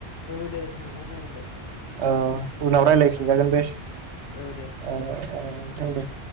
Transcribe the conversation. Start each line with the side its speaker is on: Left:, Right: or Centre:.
Left: औ दे नोंथां जागोन दे
Right: औ उनाव रायलायफिनजागोन
Left: औ
Right: दे
Left: औ दे
Right: नोंथां दे